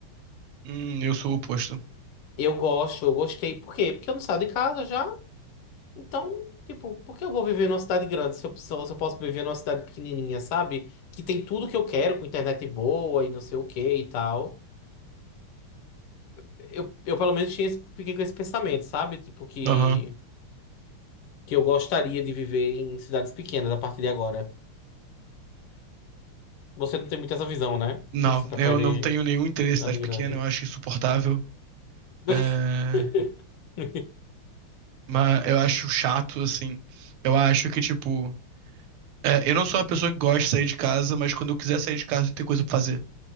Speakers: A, on the right; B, on the left.
A: Hum, eu sou o oposto.
B: Eu gosto, eu gostei. Por quê? Porque eu não saio de casa já. Então, tipo, por que eu vou viver numa cidade grande se eu, se eu posso viver numa cidade pequenininha, sabe? Que tem tudo que eu quero, com internet boa e não sei o que e tal. Eu, eu pelo menos tinha esse- fiquei com esse pensamento, sabe? Tipo, que,
A: Aham.
B: que eu gostaria de viver em cidades pequenas a partir de agora. Você não tem muito essa visão, né?
A: Não,
B: <laughs> Você prefere
A: eu não tenho nenhum interesse
B: cidade
A: em cidade
B: grande.
A: pequena, eu acho insuportável.
B: <laughs>
A: É... Mas eu acho chato, assim. Eu acho que, tipo, é, eu não sou uma pessoa que gosta de sair de casa, mas quando eu quiser sair de casa, tem que ter coisa pra fazer.